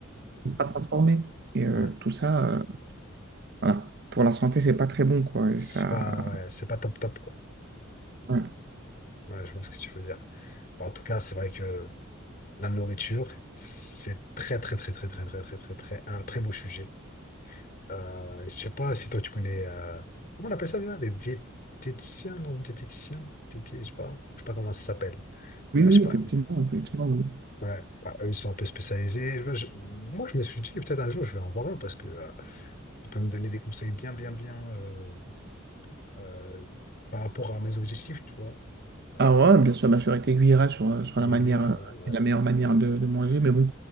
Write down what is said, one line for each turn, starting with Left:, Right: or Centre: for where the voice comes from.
Right: pas transformés. Et euh,
Left: ouais.
Right: tout ça, euh, voilà, pour la santé, c'est pas très bon, quoi. Et
Left: C'est
Right: ça.
Left: pas, ouais, c'est pas top top, quoi.
Right: ouais.
Left: Ouais, je vois ce que tu veux dire. Bon, en tout cas, c'est vrai que la nourriture, c'est très, très, très, très, très, très, très, très, très, un très beau sujet. Euh, je sais pas si toi, tu connais, euh, comment on appelle ça déjà? Des diététiciens, non, diététiciens, Diété- je sais pas, je sais pas comment ça s'appelle.
Right: Oui, oui,
Left: Ouais, je sais pas.
Right: effectivement, effectivement. oui.
Left: Ouais, bah, eux, ils sont un peu spécialisés. Je- je- moi, je me suis dit, peut-être un jour, je vais en voir un parce que euh, il peut me donner des conseils bien, bien, bien euh, euh, par rapport à mes objectifs, tu vois. Euh,
Right: Alors, ouais, bien sûr, bien sûr, il t'aiguillera sur, euh, sur
Left: mais
Right: la manière
Left: il y a-
Right: euh,
Left: ouais, ouais,
Right: et la meilleure manière de, de manger, mais bon,